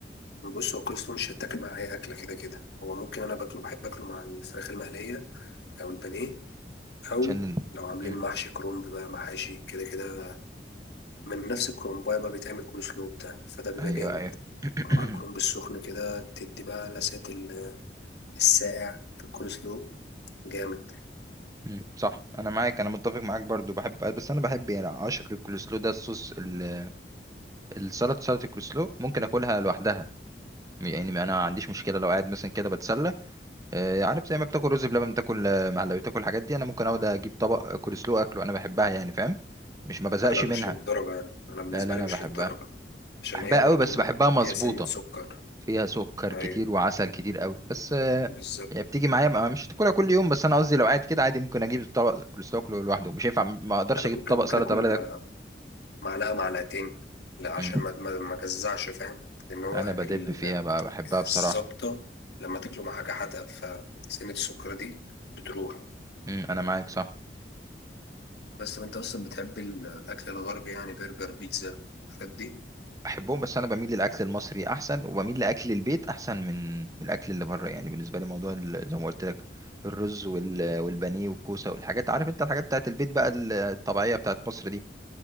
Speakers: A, on the left (about 70°); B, on the right (about 20°).
A: بص هو كول سلو مش هيتاكل مع اي اكله كده كده هو ممكن انا باكله بحب اكله مع الفراخ المقليه او البانيه او
B: عشان
A: لو عاملين
B: مم.
A: محشي كرنب بقى محاشي كده كده من نفس الكرنبايه بقى بيتعمل كول سلو بتاع فده بيبقى
B: ايوه
A: جامد
B: ايوه <clears throat>
A: مع الكرنب
B: <coughs>
A: السخن كده تدي بقى لسعة ال- الساقع في الكول سلو جامد
B: مم. صح انا معاك انا متفق معاك برضو بحب بس انا بحب يعني اعشق الكولسلو ده الصوص ال- السلطه سلطه الكولسلو ممكن اكلها لوحدها يعني انا ما عنديش مشكله لو قاعد مثلا كده بتسلى آه، عارف زي ما بتاكل رز بلبن بتاكل آه، مهلبيه بتاكل الحاجات دي انا ممكن اقعد اجيب طبق كولسلو اكله انا بحبها يعني فاهم مش ما بزهقش
A: لا
B: منها
A: مش للدرجة يعني أنا بالنسبة
B: لا لا انا
A: لي مش
B: بحبها
A: للدرجة عشان
B: بحبها
A: هي برضو
B: قوي بس بحبها مظبوطه
A: فيها سنة سكر
B: فيها سكر
A: أيوة
B: كتير وعسل كتير قوي بس آه،
A: بالظبط
B: يعني بتيجي معايا بقى مش تاكلها كل يوم بس انا قصدي لو قاعد كده عادي ممكن اجيب طبق كولسلو اكله لوحده مش هينفع ما اقدرش
A: أنا
B: اجيب
A: ممكن
B: طبق
A: ممكن
B: سلطه
A: آكل
B: بلدي اكله
A: معلقة معلقتين لا عشان
B: مم.
A: ما ما ما جزعش فاهم لأن هو
B: انا
A: ال-
B: بدب فيها بقى بحبها
A: الزبطة
B: بصراحه
A: لما تاكله مع حاجة حادقة فسنة السكر دي بتروح
B: مم. انا معاك صح
A: بس طب أنت أصلا بتحب ال- الأكل الغربي يعني برجر بيتزا الحاجات دي؟
B: احبهم بس انا بميل للاكل المصري احسن وبميل لاكل البيت احسن من من الاكل اللي بره يعني بالنسبه لي موضوع ال- زي ما قلت لك الرز وال- والبانيه والكوسه والحاجات عارف انت الحاجات بتاعت البيت بقى الطبيعيه بتاعت مصر دي